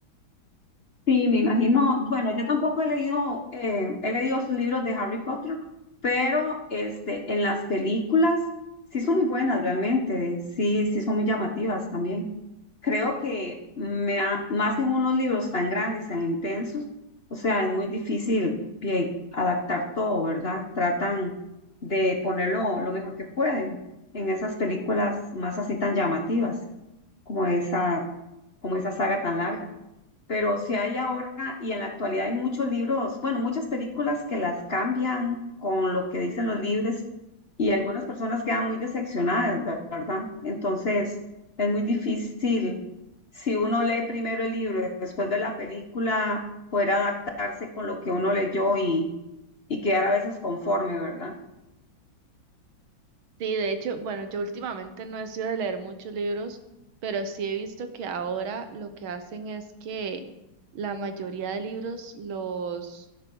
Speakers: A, on the left; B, on the right.
A: Sí, me imagino. Bueno, yo tampoco he leído, eh, he leído sus libros de Harry Potter, pero este, en las películas sí son muy buenas realmente, sí, sí son muy llamativas también. Creo que me ha- más en unos libros tan grandes, tan intensos, o sea, es muy difícil pie- adaptar todo, ¿verdad? Tratan de ponerlo lo mejor que pueden en esas películas más así tan llamativas, como esa, como esa saga tan larga pero si hay ahora y en la actualidad hay muchos libros, bueno, muchas películas que las cambian con lo que dicen los libros y algunas personas quedan muy decepcionadas, ¿verdad? Entonces es muy difícil si uno lee primero el libro y después ve la película, poder adaptarse con lo que uno leyó y, y quedar a veces conforme, ¿verdad?
B: Sí, de hecho, bueno, yo últimamente no he sido de leer muchos libros, pero sí he visto que ahora lo que hacen es que la mayoría de libros los,